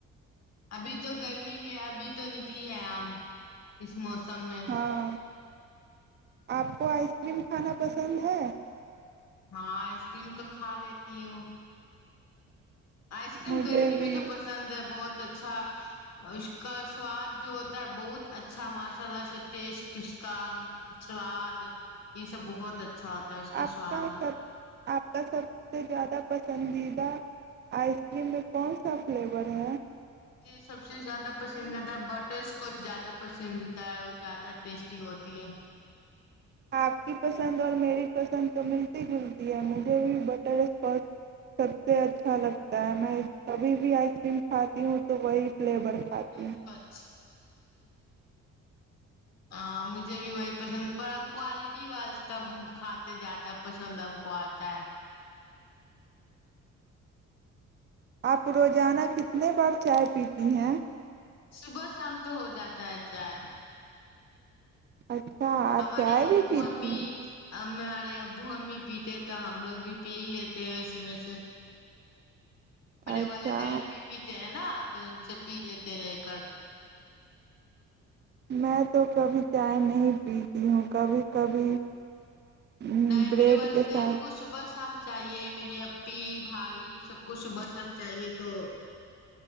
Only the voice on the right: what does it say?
ہاں آپ کو آئس کریم کھانا پسند ہے
مجھے
بھی
آپ
سب آپ کا سب سے زیادہ پسندیدہ آئس کریم میں کون سا فلیور ہے
آپ کی پسند اور میری پسند تو ملتی جلتی ہے مجھے بھی بٹر اسکاچ سب سے اچھا لگتا ہے میں کبھی بھی آئس کریم کھاتی ہوں تو وہی فلیور کھاتی
ہوں
آپ روزانہ کتنے بار چائے پیتی ہیں
اچھا آپ
چائے بھی
پیتی
ہیں۔
اچھا
میں تو کبھی چائے نہیں پیتی ہوں کبھی کبھی م،
بریڈ
کے ساتھ